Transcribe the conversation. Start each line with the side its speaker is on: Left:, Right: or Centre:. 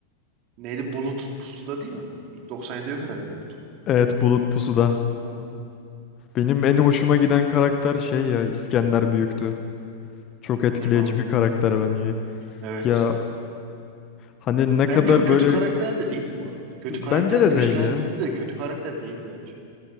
Right: neydi bulut pusuda değil mi? İlk 97'de yok herhalde bulut.
Left: evet Bulut pusuda.
Right: Hı.
Left: Benim en hoşuma giden karakter şey ya İskender Büyük'tü. Çok etkileyici
Right: Hı,
Left: bir karakter bence.
Right: evet.
Left: Ya hani ne
Right: Bence
Left: kadar
Right: o kötü
Left: böyle
Right: karakter de değildi bu arada. Kötü
Left: bence
Right: karakter
Left: de
Right: gibi
Left: değil
Right: işlendi
Left: ya.
Right: de kötü karakter değildi bence.